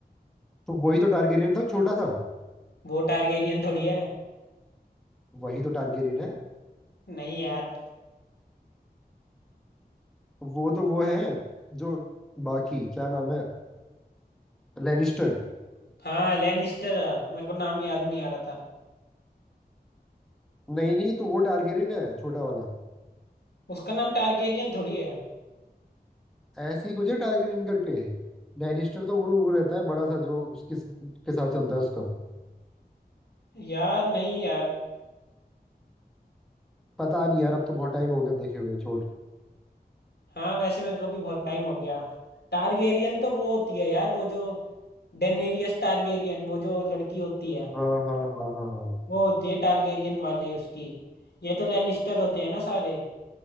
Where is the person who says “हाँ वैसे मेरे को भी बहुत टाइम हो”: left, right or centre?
Left